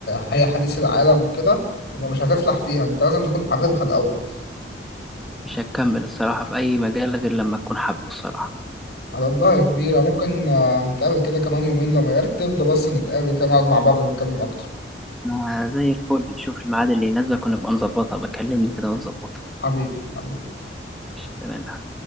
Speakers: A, on the left; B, in the centre.
A: هي حديث العالم وكده يبقى مش هتفلح فيها أنت لازم تكون حاببها الأول
B: مش هتكمل الصراحة في أي مجال غير لما تكون حابه الصراحة
A: على الله يا كبيرة ممكن آه، نتقابل كده كمان يومين لما يرتب ده بس نتقابل كده نقعد مع بعض ونتكلم أكتر
B: ما زي الفل شوف الميعاد اللي يناسبك ونبقى نظبطها بكلمني كده ونظبطها
A: حبيبي حبيبي
B: تمام